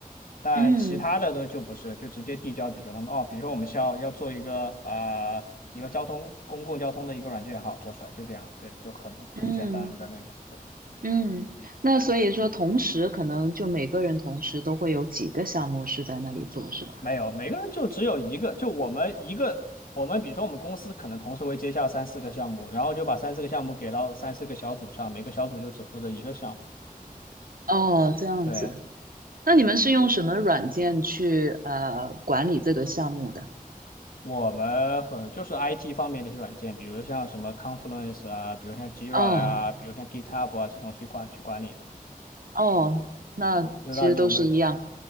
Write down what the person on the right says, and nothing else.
嗯
嗯
嗯，那所以说，同时可能就每个人同时都会有几个项目是在那里做，是吧？
哦，这样子，
那你们是用什么软件去呃管理这个项目的？
哦
哦，那其实都是一样，